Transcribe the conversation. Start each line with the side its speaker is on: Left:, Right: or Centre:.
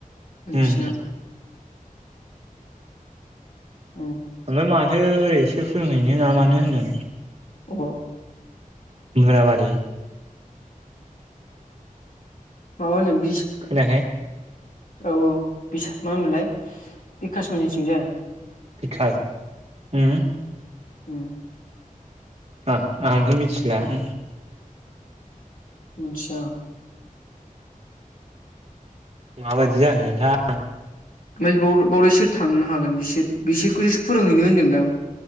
Left: नोसिना
Right: उम
Left: उम
Right: ओमफ्राय माथो ओरैसो फोरोंहैनो ना मानो होनदों?
Left: अबाव?
Right: मुराबारि
Left: अनिम <unintelligible>
Right: खोनायाखै
Left: औ औ बिस मा होनोमोनलाय बिखासममोननि थिंजाय।
Right: बिखास उम उ
Left: उम
Right: आ आंथ' मिथिला उम
Left: मिनथिया आं
Right: माबायदि जागोनथाय
Left: ओमफ्राय बाव बावलाय सोर थांनो हागोन बिसोर बिसोरखौसो फोरोंहैनो होनदोंमोनदां।